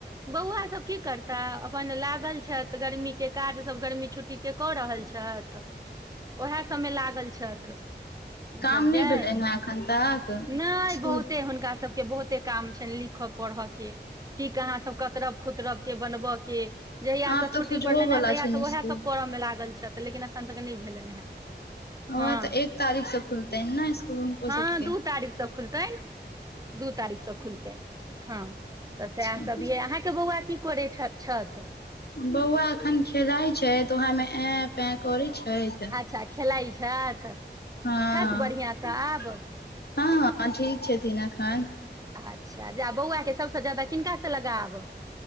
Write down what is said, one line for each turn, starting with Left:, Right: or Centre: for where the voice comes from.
Right: बौआ सभ की करताह अपन लागल छथि गर्मीके काजसभ गर्मी छुट्टीके कऽ रहल छथि ओएह सभमे लागल छथि बुझलियै
Left: काम नहि भेलनि हेँ एखन तक
Right: नइ
Left: स्कुल
Right: बहुते हुनका सब के बहुते काम छ लिखऽ पढ़ के की कहाँ सब कतरब खुतरब के बनबय के जहिया
Left: आब
Right: से छुट्टी
Left: तऽ खुजहो
Right: पड़लनि
Left: वाला
Right: हे तहिया
Left: छनि
Right: सब ओह
Left: स्कुल
Right: सब करे मे लागल छथि ऽ लेकिन एखन तक नइ भेलनि है
Left: ओह
Right: हँ
Left: तऽ एक तारीख से खुलतै ने स्कुल हुनको
Right: हँ
Left: सबके
Right: दू तारीख से खुलतैन दू तारीख से खुलतै हँ तऽ
Left: अच्छा
Right: सेहा सब अहाँ अहाँ के बौआ की करै छथि
Left: बौआ एखन खेलइ छै तऽ वहामे ऐन पे करै छी त
Right: अच्छा खेलाइ छथि
Left: हँ <unintelligible>
Right: छथि बढ़िआं से
Left: <unintelligible>
Right: आब
Left: हँ हँ ठीक छथिन एखन
Right: अच्छा बौआ के सबसँ जा्यादा किनका से लगाव